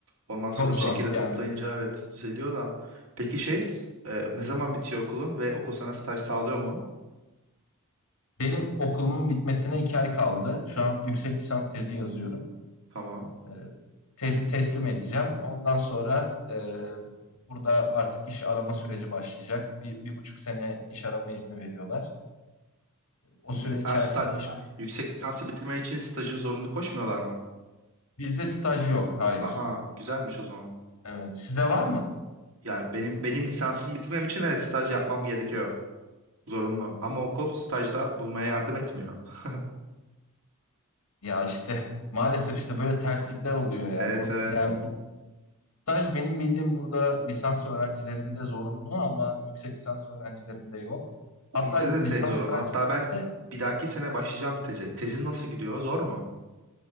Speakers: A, on the right; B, on the left.
A: Ondan
B: <laughs>
A: sonra
B: Çok
A: bir
B: zor
A: şekilde
B: yani.
A: toplayınca evet düzeliyor da. Peki şey e, ne zaman bitiyor okulun ve okul sana staj sağlıyor mu?
B: Benim okulumun bitmesine iki ay kaldı. Şu an yüksek lisans tezi yazıyorum.
A: Tamam.
B: E, Tezi teslim edeceğim. Ondan sonra e, burada artık iş arama süreci başlayacak. Bir, bir buçuk sene iş arama izni veriyorlar. O
A: Hı
B: süre
A: hı.
B: içerisinde
A: Aa, sta-
B: iş.
A: yüksek lisansı bitirmen için stajı zorunlu koşmuyorlar mı?
B: Bizde staj yok. Hayır.
A: Aha, güzelmiş o zaman.
B: Evet. Sizde var mı?
A: Yani benim benim lisansımı bitirmem için evet staj yapmam gerekiyor. Zorunlu. Ama okul stajda bulmaya yardım etmiyor. <laughs>
B: Ya işte maalesef işte böyle terslikler oluyor ya.
A: Evet
B: Bur
A: evet.
B: yani bu staj benim bildiğim burada lisans öğrencilerinde zorunlu ama yüksek lisans öğrencilerinde yok. Hatta
A: Bizde
B: lisans
A: de tez zorunlu.
B: öğrencilerinde
A: Hatta ben bir dahaki sene başlayacağım teze. Tezin nasıl gidiyor? Zor mu?